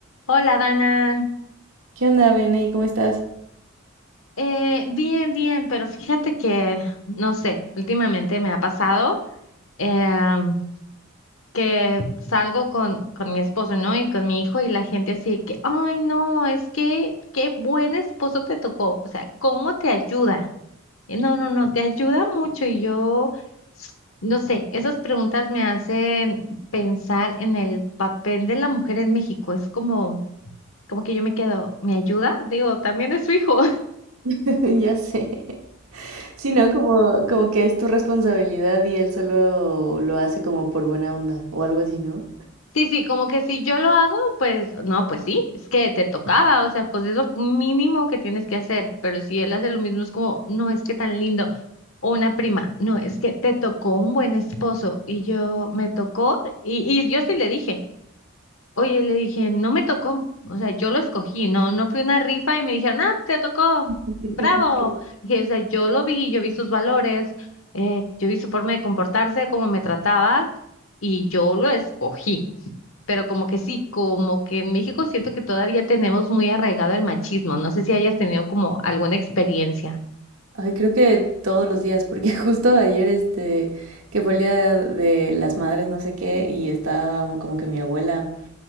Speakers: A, on the left (about 65°); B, on the right (about 75°).
A: Hola, Dana.
B: ¿Qué onda, Vianey? ¿Cómo estás?
A: Eh, bien, bien, pero fíjate que, no sé, últimamente me ha pasado em, que salgo con, con mi esposo, ¿no? Y con mi hijo y la gente así que, ay, no, es que, qué buen esposo te tocó. O sea, ¿cómo te ayuda? Eh, No, no, no, te ayuda mucho y yo, no sé, esas preguntas me hacen pensar en el papel de la mujer en México. Es como, como que yo me quedo, ¿me ayuda? Digo, también es su hijo.
B: <laughs> Ya sé. Sí, ¿no? Como, como que es tu responsabilidad y él solo lo hace como por buena onda o algo así, ¿no?
A: Sí, sí, como que si yo lo hago, pues no, pues sí, es que te tocaba, o sea, pues es lo mínimo que tienes que hacer, pero si él hace lo mismo es como, no, es que tan lindo, o una prima, no, es que te tocó un buen esposo y yo me tocó y, y yo sí le dije, oye, le dije, no me tocó, o sea, yo lo escogí, no, no fue una rifa y me dijeron, ah, te tocó,
B: <laughs>
A: bravo, dije, o sea, yo lo vi, yo vi sus valores, eh, yo vi su forma de comportarse, cómo me trataba y yo lo escogí pero como que sí, como que en México siento que todavía tenemos muy arraigado el machismo. No sé si hayas tenido como alguna experiencia.
B: Ay, creo que todos los días, porque <laughs> justo ayer, este, que fue el día de las madres, no sé qué, y estaba como que mi abuela.